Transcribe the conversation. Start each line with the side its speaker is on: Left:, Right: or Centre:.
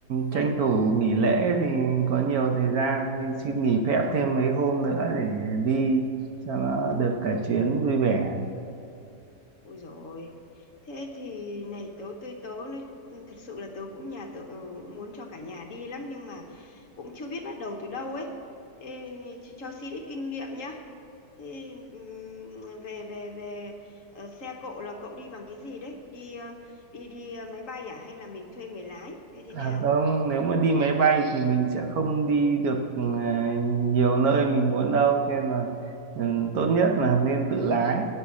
Left: Này,
Right: tranh thủ nghỉ lễ thì có nhiều thời gian thì xin nghỉ phép thêm mấy hôm nữa để đi cho nó được cả chuyến vui vẻ.
Left: ôi dồi. Thế thì này tớ tớ tớ nói, thật sự là tớ cũng nhà tớ ừ, cũng muốn cho cả nhà đi lắm nhưng mà cũng chưa biết bắt đầu từ đâu ấy. Ê, cho, cho xin ít kinh nghiệm nhá. Thì ừm, về về về ờ, xe cộ là cậu đi bằng cái gì đấy? Đi ờ, đi đi ờ, máy bay à hay là mình thuê người lái hay thế nào?
Right: À không, nếu mà đi máy bay thì mình sẽ không đi được ờ, nhiều nơi mình muốn đâu, cho nên là ừ, tốt nhất là nên tự lái.